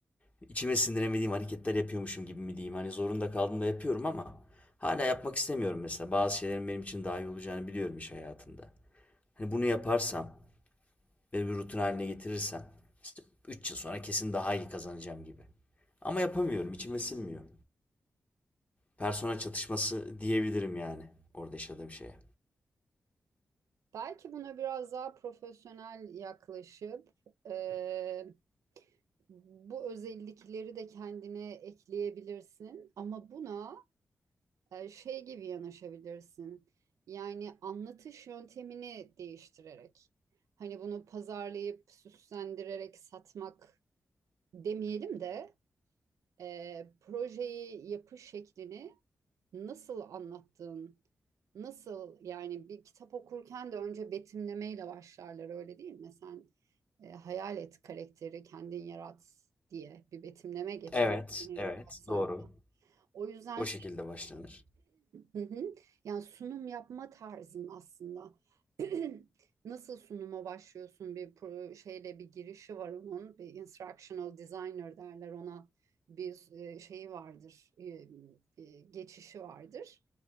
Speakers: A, on the left; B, on the right.
A: içime sindiremediğim hareketler yapıyormuşum gibi mi diyeyim. Hani zorunda kaldım da yapıyorum ama hala yapmak istemiyorum mesela. Bazı şeylerin benim için daha iyi olacağını biliyorum iş hayatında. Hani bunu yaparsam ve bir rutin haline getirirsem işte 3 yıl sonra kesin daha iyi kazanacağım gibi. Ama yapamıyorum, içime sinmiyor. Persona çatışması diyebilirim yani orada yaşadığım şeye.
B: Belki buna biraz daha profesyonel yaklaşıp e, bu özellikleri de kendine ekleyebilirsin. Ama buna e, şey gibi yanaşabilirsin. Yani anlatış yöntemini değiştirerek. Hani bunu pazarlayıp süslendirerek satmak demeyelim de e, projeyi yapış şeklini nasıl anlattığın, nasıl yani bir kitap okurken de önce betimlemeyle başlarlar öyle değil mi? Sen e, hayal et karakteri kendin yarat diye bir betimleme geçer.
A: Evet,
B: Yani
A: evet,
B: birkaç sayfa.
A: doğru.
B: O yüzden
A: O şekilde başlanır.
B: Hı hı. Yani sunum yapma tarzım aslında. <clears throat> Nasıl sunuma başlıyorsun bir pro- şeyle bir girişi var onun. Bir instructional designer derler ona. Bir e, şeyi vardır. e, e, Geçişi vardır.